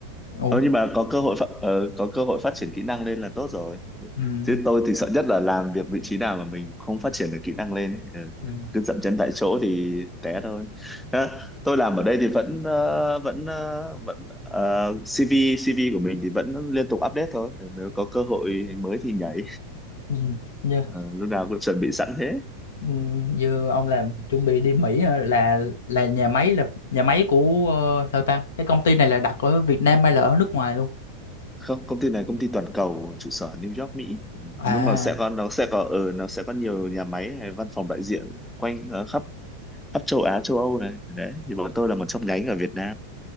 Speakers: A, on the left; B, in the centre.
A: Ủa?
B: Ờ, nhưng mà có cơ hội phát, ờ, có cơ hội phát triển kỹ năng lên là tốt rồi
A: Ừ.
B: chứ tôi thì sợ nhất là làm việc vị trí nào mà mình không phát triển được kỹ năng lên ừ.
A: Ừ.
B: cứ dậm chân tại chỗ thì té thôi Đó, tôi làm ở đây thì vẫn ờ, vẫn ờ, vẫn ờ, CV CV của mình thì vẫn liên tục update thôi nếu có cơ hội mới thì nhảy
A: Ừ. Như,
B: Ờ, lúc nào cũng chuẩn bị sẵn thế
A: ừ, như ông làm chuẩn bị đi Mỹ hả? là là nhà máy là nhà máy của ờ, sao ta? Cái công ty này là đặt ở Việt Nam hay là ở nước ngoài luôn?
B: không công ty này công ty toàn cầu trụ sở New York Mỹ Ừ,
A: À.
B: nhưng mà sẽ có nó sẽ có ở nó sẽ có nhiều nhà máy hay văn phòng đại diện quanh ờ, khắp khắp châu Á châu Âu này đấy thì bọn tôi là một trong nhánh ở Việt Nam